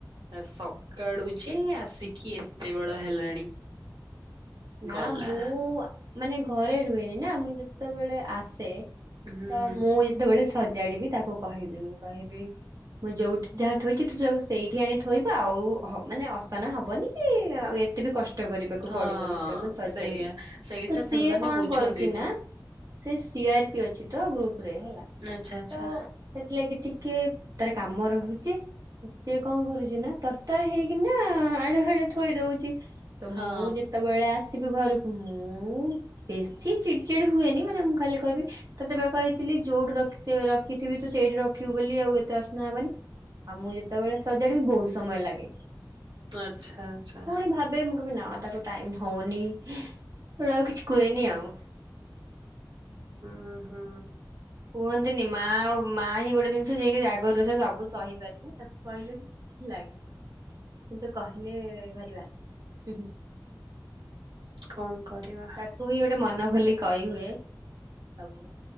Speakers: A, on the right; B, on the right.
A: ସକାଳୁ ଯେ ଆସିକି ଏତେବେଳ ହେଲାଣି।
B: ନା
A: ଗଲା
B: ମୁଁ ମାନେ ଘରେ ରୁହେନି ନା ମୁଁ ଯେତେବେଳେ ଆସେ ତ
A: ହୁଁ
B: ମୁଁ ଯେତେବେଳେ ସଜ ଜାଡିବି ତାକୁ କହିବି ମୁଁ କହିବି ମୁଁ ଯୋଉଠି ଯାହା ଥୋଇଛି ତୁ ତାକୁ ସେଇଠି ଆଣି ଥୋଇବୁ ଆଉ ହ ମାନେ ଅସନା ହବନି କି ଏତେ ତତେ ବି କଷ୍ଟ କରିବାକୁ
A: ହଁ
B: ପଡିବନି ଯେତେବେଳେ ମୁଁ ସଜାଡିବି
A: ସେଇଆ ସେଇଟା
B: ତ ସିଏ
A: ସେମାନେ
B: କଣ
A: ବୁଝନ୍ତିନି
B: କରୁଛି ନା। ସେ ସିଆର୍ ପି ଅଛି ତ ଗ୍ରୁପ୍ ରେ ହେଲା
A: ଆଚ୍ଛା ଆଚ୍ଛା
B: ତ ସେଥିଲାଗି ଟିକେ ତାର କାମ ରହୁଛି। ସିଏ କଣ କରୁଚି ନା ତରତର ହେଇକିନା ଆଡେ ସାଡେ ଥୋଇ ଦଉଛି। ତ
A: ହଁ
B: ମୁଁ ଯେତେବେଳେ ଆସ ଆସିବି ଘରକୁ ମୁଁ ବେଶି ଚିଡ୍ ଚିଡି ହୁଏନି ମାନେ ମୁଁ ଖାଲି କହିବି। ତତେ ବା କହିଥିଲି ଯୋଉଠି ରଖିତ ରଖିଥିବି ତୁ ସେଇଠି ରଖିବୁ ବୋଲି ଆଉ ଏତେ ଅସନା ହବନି। ଆଉ ମୁଁ ଯେତେବେଳେ ସଜାଡିବି ବହୁତ୍ ସମୟ ଲାଗେ।
A: ଆଚ୍ଛା ଆଚ୍ଛା
B: ପୁଣି ଭାବେ ମୁଁ କହିବି ନା ତାକୁ ଟାଇମ୍ ହଉନି ସେଠୁ ଆଉ କିଛି କୁହେନି ଆଉ
A: ହୁଁ ହୁଁ
B: କୁହନ୍ତିନି ମା ଆଉ ମାଆ ହିଁ ଗୋଟେ ଜିନିଷ ଯିଏକି ରାଗରୁସା ସବୁ ସହିପାରିବ। ତାକୁ କହିଲେ ବି କିଛି ଲାଗିବନି କିନ୍ତୁ କହିଲେ ଭାରି ବାଧେ
A: କଣ କରିବା
B: ତାକୁ ହି ଗୋଟେ ମନ ଖୋଲି କହିହୁଏ ସବୁ